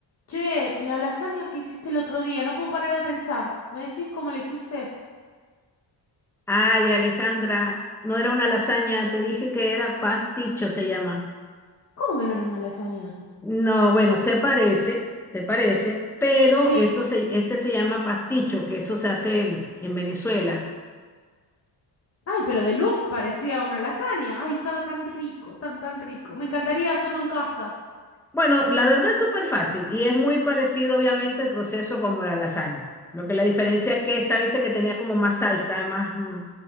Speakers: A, on the left; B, in the centre.
A: Che, la lasaña que hiciste el otro día, no puedo parar de pensar. ¿Me decís cómo la hiciste?
B: Ay, Alejandra, no era una lasaña, te dije que era pasticho, se llama.
A: ¿Cómo que no era una lasaña?
B: No, bueno, se parece, se parece, pero
A: Sí.
B: esto se, ese se llama pasticho, que eso se hace en, en Venezuela.
A: Ay, pero de look parecía una lasaña. Ay, estaba tan rico, tan, tan rico. Me encantaría hacerlo en casa.
B: Bueno, la verdad es súper fácil y es muy parecido, obviamente, el proceso como la lasaña. Lo que la diferencia es que esta, viste, que tenía como más salsa, más, mm,